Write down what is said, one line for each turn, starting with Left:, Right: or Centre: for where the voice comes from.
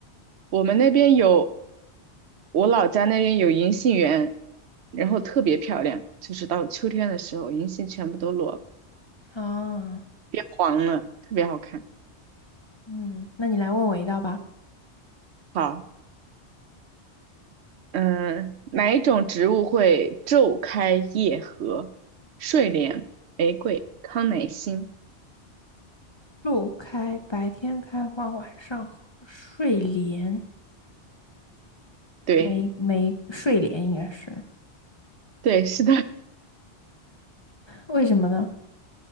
Right: 我们那边有，我老家那边有银杏园，然后特别漂亮，就是到秋天的时候，银杏全部都落了，
Left: 啊，
Right: 变黄了，特别好看。
Left: 嗯，那你来问我一道吧。
Right: 好，嗯，哪一种植物会昼开夜合？睡莲、玫瑰、康乃馨。
Left: 树开，白天开花，晚上和睡莲，
Right: 对，
Left: 没没睡莲应该是
Right: 对，是的，
Left: 为什么呢？